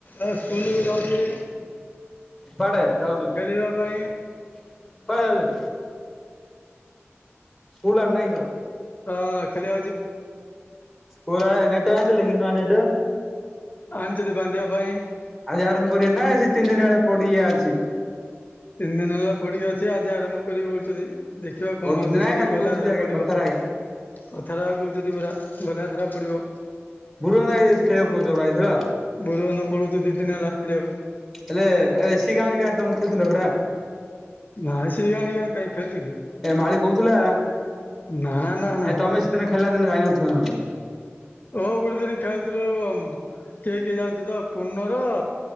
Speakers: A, on the left (about 40°); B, in the centre.
A: ଆ school ଯାଉଛି।
B: କୁଆଡେ ଯାଉଛୁ
A: ଖେଳିବା ପାଇଁ
B: କୁଆ ଯାଉଛୁ। ସ୍କୁଲ ଆ ନାହିଁ ଯ
A: ଅ ଖେଲି
B: ପୁରା ନେଟ ଆଣିଥିଲେ କି ନୁଆ ନେଟ।
A: ଆଣିଛନ୍ତି ବାନ୍ଧିବା ପାଇଁ
B: ଆଜି ଆରମ୍ଭ କରିବା ନା ସେ ତିନି ଦିନ ହେଲା ପଡିଆ ଅଛି।
A: ତିନି ଦିନ ହେଲା ପଡିିଆ ଅଛି ଆଜି ଆରମ୍ଭ କରିବ ଯଦି। ଦେଖିବା
B: କହୁଛନ୍ତି
A: କଣ ହଉଛି
B: ନା
A: ସେଠିକି
B: ଖାଲି
A: ଗଲା
B: କହୁଛନ୍ତି
A: ଦେଖା
B: ଆଜ୍ଞା
A: ପଡିବ।
B: କଥାରେ ଆଜ୍ଞା
A: କଥା ଟା କହୁଛନ୍ତି ପରା ଗଲା ଧରା ପଡିବ।
B: ବୁରୁବନ୍ଧ ଭାଇ ଖେଳିବ କହୁଚ ଏଥର।
A: ବୁରୁବନ୍ଧ ପଳୋଉଚି ଦି ଦିନ ହେଲା ଖେଳିବାକୁ।
B: ହେଲେ ଏ ସି ଗାଁ ଗାଁ ତମକୁ ଖେଳୁଥିଲ ପରା?
A: ନାଁ ସେଇଏ ଏଇଆ କାଇଁ ଖେଳୁଛି କି।
B: ଏ ମାଳି କହୁଥିଲା
A: ନା ନା ନା
B: ଏ ତମେ ସେଦିନ ଖେଳିଲା ଦିନ ଯାଇନଥିବ ନହେଲେ।
A: ହଉ ଗୋଟେ ଦିନ ଖେଳିଥିଲୁ ଉମ କିଏ କିଏ ଜାଣିଛ ତ ପୂନର,